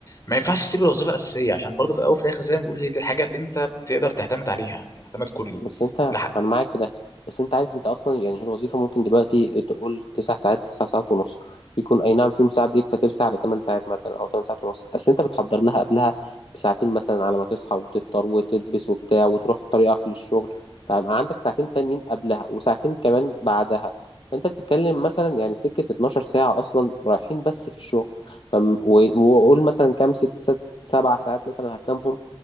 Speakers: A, on the left (about 35°); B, on the left (about 65°).
A: ما ينفعش تسيب الوظيفه الاساسيه عشان برضه في الاول وفي الاخر زي ما بنقول هي دي الحاجه اللي انت تقدر تعتمد عليها اعتماد كلي
B: بس انت
A: لح-
B: انا معاك في ده بس انت عارف انت اصلا يعني هي الوظيفه ممكن دلوقتي تقول تسع ساعات تسع ساعات ونص بيكون اي نعم فيهم ساعه بريك فترسى على ثمان ساعات مثلا او ثمان ساعات ونص بس انت بتحضر لها قبلها بساعتين مثلا على ما تصحى وتفطر وتلبس وبتاع وتروح طريقك للشغل فيبقى عندك ساعتين تانيين قبلها وساعتين كمان بعدها فانت بتتكلم مثلا يعني سكه 12 ساعه اصلا رايحين بس في الشغل فم... و- وقول مثلا كام ست ست سبع ساعات مثلا هتنامهم